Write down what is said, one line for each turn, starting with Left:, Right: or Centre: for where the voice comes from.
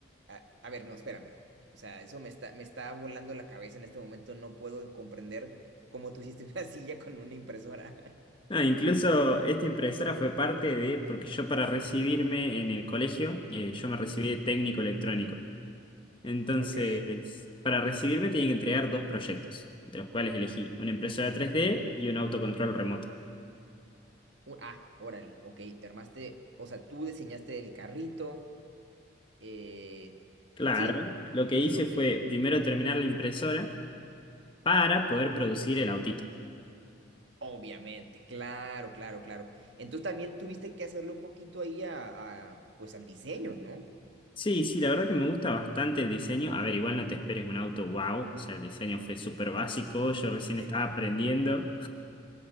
Right: a, a ver, no, espérame. O sea, eso me está, me está volando la cabeza en este momento. No puedo comprender cómo tú hiciste una <laughs> silla con una impresora.
Left: No, incluso esta impresora fue parte de, porque yo para recibirme en el colegio, eh, yo me recibí
Right: <laughs> Ujú.
Left: de técnico electrónico. Entonces,
Right: Ok.
Left: para recibirme tenía que entregar dos proyectos, de los cuales elegí una impresora tres d y un autocontrol remoto.
Right: U- Ah, órale. Ok, te armaste. O sea, tú diseñaste el carrito. eh,
Left: Claro,
Right: ¿sí?
Left: lo que hice
Right: Ok.
Left: fue primero terminar la impresora para poder producir el autito.
Right: Obviamente, claro, claro, claro. Entonces también tuviste que hacerlo un poquito ahí a, a, pues al diseño, ¿no?
Left: Sí, sí, la verdad que me gusta bastante el diseño. A ver, igual no te esperes un auto wow, o sea, el diseño fue súper básico, yo recién
Right: Sí.
Left: estaba aprendiendo.